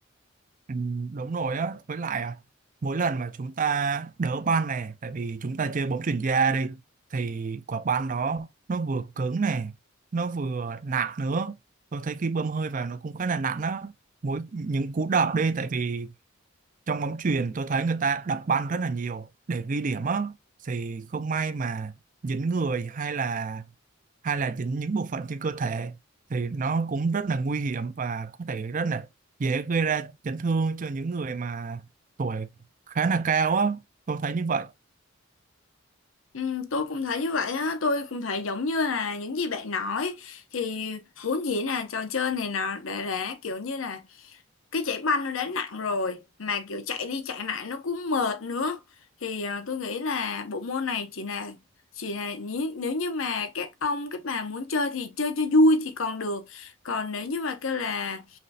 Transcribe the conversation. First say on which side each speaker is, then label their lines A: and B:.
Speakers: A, on the right; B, on the left.
A: ừ, đúng rồi á với lại à, mỗi lần mà chúng ta đỡ banh này tại vì chúng ta chơi bóng chuyền da đi thì quả banh đó nó vừa cứng này nó vừa nặng nữa tôi thấy khi bơm hơi vào nó cũng khá là nặng á mỗi những cú đập đi tại vì trong bóng chuyền tôi thấy người ta đập banh rất là nhiều để ghi điểm á thì không may mà dính người hay là hay là dính những bộ phận trên cơ thể thì nó cũng rất là nguy hiểm và có thể rất là dễ gây ra chấn thương cho những người mà tuổi khá là cao á tôi thấy như vậy
B: Ừ, tôi cũng thấy như vậy á, tôi cũng thấy giống như là những gì bạn nói thì vốn dĩ là trò chơi này nó đã, đã kiểu như là cái chạy banh nó đã nặng rồi mà kiểu chạy đi chạy lại nó cũng mệt nữa thì à, tôi nghĩ là bộ môn này chỉ là chỉ là nhí- nếu như mà các ông các bà muốn chơi thì chơi cho vui thì còn được còn nếu như mà kêu là